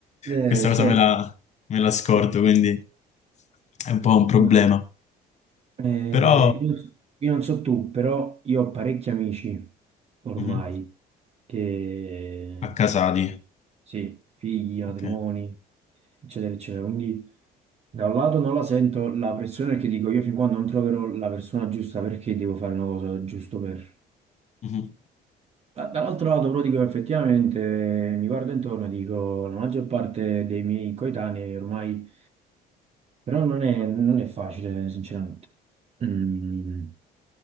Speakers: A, on the right; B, on the left.
A: eh,
B: questa cosa
A: certo,
B: me la, me la scordo,
A: certo.
B: quindi è un po' un problema.
A: Ma, eh,
B: Però
A: io, io non so tu, però io ho parecchi amici ormai
B: mhm,
A: che,
B: a Casati,
A: sì, figli, matrimoni,
B: ok.
A: eccetera, eccetera. Quindi Da un lato non la sento la pressione che dico io fin quando non troverò la persona giusta perché devo fare una cosa giusto per...
B: Mhm,
A: Da- Dall'altro lato però dico effettivamente mi guardo intorno e dico la maggior parte dei miei coetanei ormai però non è, non è facile sinceramente. Mm.